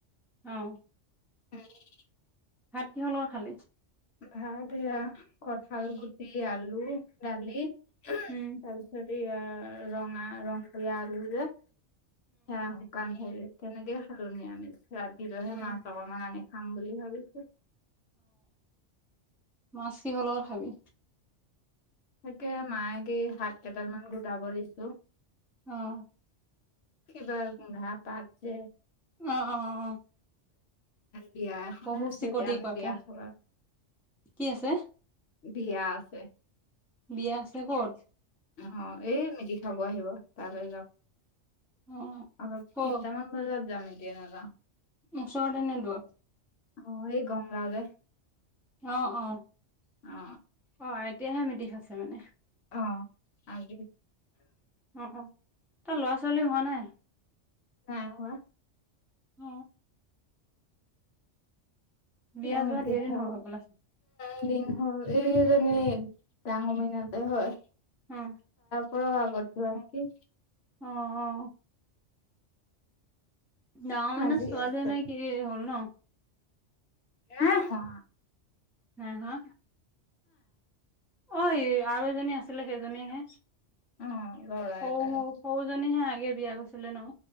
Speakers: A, in the centre; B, on the left.
A: অ
B: উম
A: কি হ লগত খালি চাহ।
B: ভাত এয়া কঠাল গুটি আলু দালি তাৰপিছত
A: উম।
B: ই ৰঙা ৰং দিয়া আলু যে হে শুকান খ তেনেকে খালো নিৰামিষ ৰাতি লৈহে
A: অ',
B: মাছ অকমান আনি খাম বুলি ভাবিছো
A: মাছ কিহ লগত খাবি
B: তাকে মাক এই শাক কেইডাল মান গোটাব দিছো
A: অহ
B: কিবা ভাপাত যে
A: অ অ অ
B: বিয়া এখন
A: পহু
B: আছে
A: চিকটি
B: এতিয়া আমি
A: কয়
B: বিয়া
A: পহু
B: খাম
A: কি আছে
B: বিয়া আছে
A: বিয়া আছে ক'ত
B: অ এই মিতি খাব আহিব তালৈ যাম
A: অ'।
B: অলপ
A: ক'ত
B: তিনটামান বজাত যাম এতিয়া নাযাও
A: ওচৰতে নে দূৰত
B: অ এই গংগা যে
A: অ অ
B: অ
A: অ এতিয়াহে মিতিৰ খাইছে মানে
B: অ আজি
A: অ অ তাৰ লৰা ছোৱালী হোৱা নাই
B: নাই হোৱা?
A: হ! বিয়া
B: কমিতি
A: যোৱা ধেৰ
B: হব
A: দিন হ'ল হ'বলা
B: <inaudible> এইজনী ডাং অমিনাতে হয়।
A: হুম।
B: প্ৰবাহ কৰিব নেকি
A: উম অ ডাঙৰ মানত
B: আজি
A: ছোৱালী
B: আছে
A: নে কি হ'ল ন
B: নাই হোৱা
A: হা হা অ আৰু এজনী আছিলে সেইজনীহে
B: নাই অ ল'ৰা
A: হৌ
B: এটা
A: ম
B: আছে
A: সৰুজনীহে আগে বিয়া কৰিছিলিলে ন